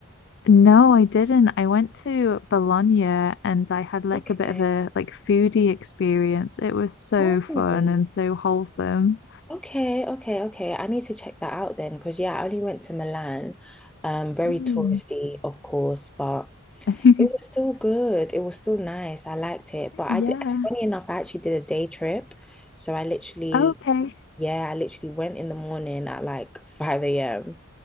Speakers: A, on the left; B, in the centre.
A: no, I didn't. I went to Bologna and I had like
B: Okay.
A: a bit of a like foodie experience. It was so
B: Oh,
A: fun and so wholesome.
B: okay, okay, okay. I need to check that out then, because yeah, I only went to Milan. Um, very
A: Mm.
B: touristy, of course, but
A: <laughs>
B: it was still good. It was still nice. I liked it. But
A: Yeah.
B: I did, funny enough, I actually did a day trip. So I literally,
A: Okay.
B: yeah, I literally went in the morning at like 5 a.m.